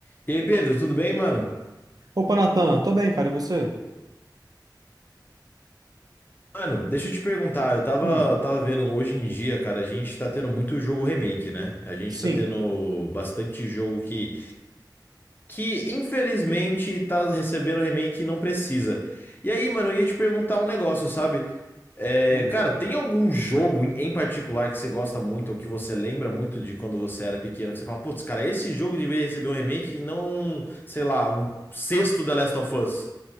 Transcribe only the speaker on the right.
Opa, Natan, tô bem, cara, e você?
Hum,
sim.
Hum,